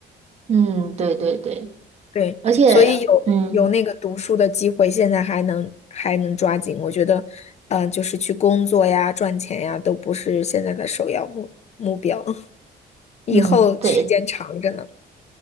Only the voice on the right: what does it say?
嗯，对对对，
而且嗯
嗯对，